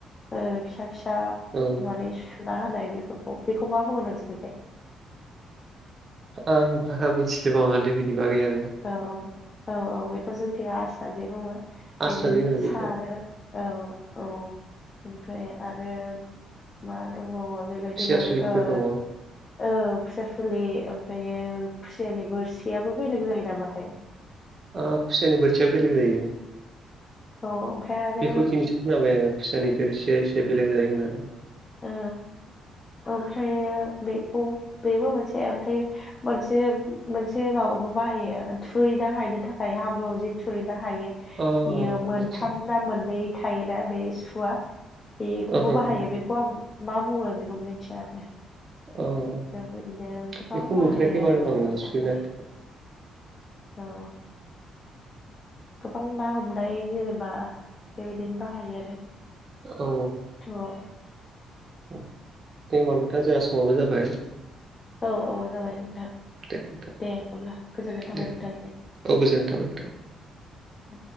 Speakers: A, on the left; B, on the right.
A: ओ फिसा फिसा
B: औ
A: माने सुना होनाय बेफोरखौ बेखौ मा बुंङो नोंसोरनिखोय?
B: आं बारा मिथि बांङा लै बेनि बागै आं
A: औ औ औ बेखौ जोंथि आस्रा जे बुंङो।
B: आस्रा
A: बेजों
B: जे होनो
A: सारो
B: बेखौ
A: औ औ। ओमफ्राय आरो मा दंबावो बेबायदिनो
B: खुसिया सुलिफोर
A: ओ
B: दङ औ
A: औ खुसिया सुलि ओमफ्रायो खुसियानि बोरसियाबो बेलेग जायो नामाथाय।
B: ओ खुसानि बोरसियाबो बेलेग जायो
A: औ ओमफ्राय आरो
B: बेखौ दिनै खोनाबाय आङो खुसानि बिरसिया एसे बेलेग जायो होननानै।
A: ओ ओमफ्रायो बेखौ बेबो मोनसे ओमफ्राय मोनसे मोनसे माबाबो बाहायो थुरैना हायनो थाखाय हाब्रुआव जि थुरैनो हायो
B: अ
A: इयो मोनथाम
B: आदसा
A: ना मोननै थायोना बे सुवा बेखौबो
B: ओहो
A: बाहायो
B: हो
A: बे खौ आं मा बुंङो बेखौ मिथिया आरो।
B: औ
A: जों ओरैनो गोबां
B: बेखौ
A: बाहायो
B: नुफेराखै
A: आरो
B: बारु
A: ना
B: आङो
A: हमनो
B: सुलिनानै
A: थाखाय थ' गोबां ना हमनाय जेनेबा बेबायदिनो बाहायो आरो।
B: औ
A: थ'
B: <unintelligible> मनथा जोंङा समाबो जाबाय।
A: औ औ जाबाय नोंथां
B: दे नोंथां
A: दे होब्ला गोजोननाय थाबाय
B: दे
A: नोंथांनि सिम।
B: औ गोजोन्नाय थाबाय नोंथां।
A: औ